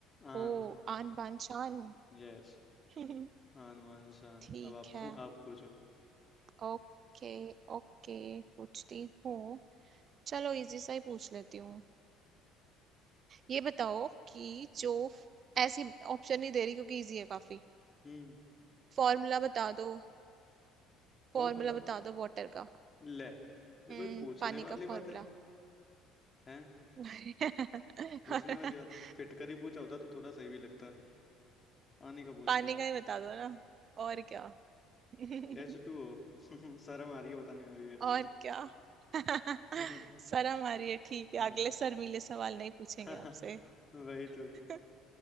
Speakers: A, on the left; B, on the right.
A: आन
B: ओ आन बान शान
A: यस
B: <laughs>
A: आन मान शान
B: ठीक
A: अब आप
B: है
A: आप पूछो
B: ओके ओके पूछती हूँ चलो इजी सा ही पूछ लेती हूँ ये बताओ कि जो ऐसी ऑप्शन नहीं दे रही क्योंकि इजी है काफी
A: हम्म
B: फॉर्मूला बता दो फॉर्मूला
A: फॉर्मूला
B: बता दो वाटर का
A: ले ये
B: हम्म
A: कोई पूछने
B: पानी
A: वाली
B: का फॉर्मूला
A: बात है हैं
B: <laughs>
A: पूछने वाली बात है फिटकर ही पूछा होता तो थोड़ा सही भी लगता आने का पूछ
B: पानी
A: लिया
B: का ही बता दो ना और क्या <laughs>
A: एच टू ओ <laughs> शर्म आ रही है बताने में भी मेरे को
B: और क्या <laughs>
A: <laughs>
B: शर्म आ रही है ठीक
A: हाँ
B: है अगले शर्मीले सवाल नहीं पूछेंगे
A: <laughs>
B: आपसे
A: वही तो
B: <laughs>